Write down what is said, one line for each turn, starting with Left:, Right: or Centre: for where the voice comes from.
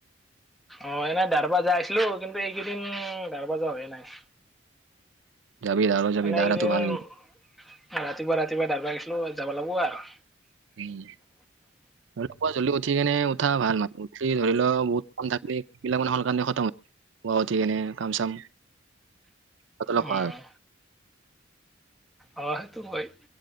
Centre: অ এনেই দাৰ বজা আছিলো কিন্তু এইকেইদিন দাৰ বজা হয়য়ে নাই
Right: যাবি দাউৰা যাবি
Centre: মনেকেইদিন
Right: দাউৰাটো ভাল
Centre: ৰাতিপুৱা
Right: কিন্তু
Centre: ৰাতিপুৱা ধাৰবা আহিছিলো যাব লাগিব আৰু
Right: উম ধৰি ল পোৱা জ্ি উঠ কেনে উঠা ভাল মানে উঠি ধৰি লও বহুত কম থাকিলেেইবিলাক মানেে খম ঠিক এনে কাম চাম কতল
Centre: উম
Right: খ হয়
Centre: অ সেইটো হয়